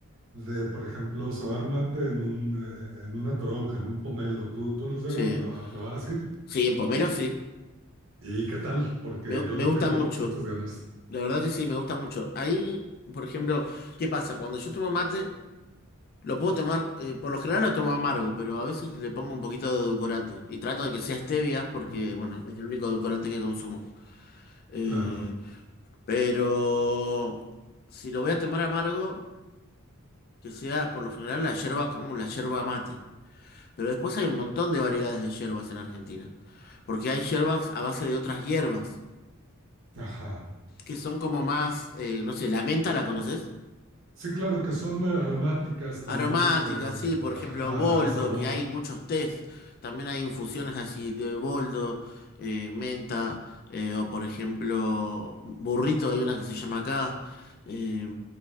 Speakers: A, on the right (about 60°); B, on the left (about 45°).
A: de, por ejemplo, sobar mate en un, eh, en una toronja, en un pomelo, ¿tú, tú los llego
B: Sí,
A: a pro- a probar así?
B: sí, en Pomero sí.
A: ¿Y qué tal? Porque
B: Me,
A: yo
B: me
A: le
B: gusta
A: tengo
B: mucho.
A: muchas ganas.
B: La verdad que sí, me gusta mucho. Ahí, por ejemplo, ¿qué pasa? Cuando yo tomo mate, lo puedo tomar, eh, por lo general lo tomo amargo, pero a veces le pongo un poquito de edulcorante. Y trato de que sea stevia, porque, bueno, es el único edulcorante que consumo. Eh,
A: Claro.
B: pero si lo voy a tomar amargo, que sea por lo general la yerba común, la yerba mate. Pero después hay un montón de variedades de hierbas en Argentina. Porque hay hierbas a base de otras hierbas,
A: Ajá.
B: que son como más, eh, no sé, la menta, ¿la conoces?
A: Sí, claro, que son eh, aromáticas también,
B: aromática
A: este,
B: sí, por
A: ajá,
B: ejemplo, boldo,
A: le dan sabor,
B: que hay muchos tés. También hay infusiones así de boldo, eh, menta, eh, o por ejemplo, burrito, hay una que se llama acá. Eh,